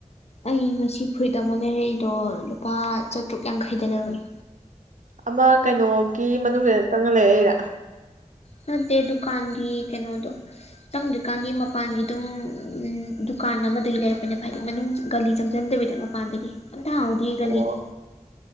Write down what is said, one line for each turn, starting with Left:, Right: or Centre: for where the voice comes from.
Left: ꯑꯩ ꯉꯁꯤ ꯐꯨꯔꯤꯠ ꯑꯃ ꯂꯩꯔꯛꯏꯗꯣ ꯂꯨꯄꯥ ꯆꯥꯇ꯭ꯔꯨꯛ ꯌꯥꯡꯈꯩꯗ ꯂꯧꯔꯛꯏ
Right: ꯑꯃ ꯀꯩꯅꯣꯒꯤ ꯃꯅꯨꯡꯗꯩꯗ ꯆꯪꯉ ꯂꯩꯔꯩꯔ
Left: ꯅꯠꯇꯦ ꯗꯨꯀꯥꯟꯒꯤ ꯀꯩꯅꯣꯗꯣ ꯆꯪꯗ꯭ꯔꯤꯀꯥꯟꯒꯤ ꯃꯄꯥꯟꯒꯤ ꯑꯗꯨꯝ ꯎꯝ ꯗꯨꯀꯥꯟ ꯑꯃꯗꯒꯤ ꯂꯩꯔꯛꯄꯅꯦꯕ ꯍꯥꯏꯗꯤ ꯃꯅꯨꯡ ꯒꯥꯂꯤ ꯆꯪꯖꯤꯟꯗꯕ ꯗ ꯃꯄꯥꯟꯗꯒꯤ ꯑꯝꯇ ꯍꯥꯡꯍꯧꯗꯤ ꯒꯜꯂꯤꯗꯤ
Right: ꯑꯣ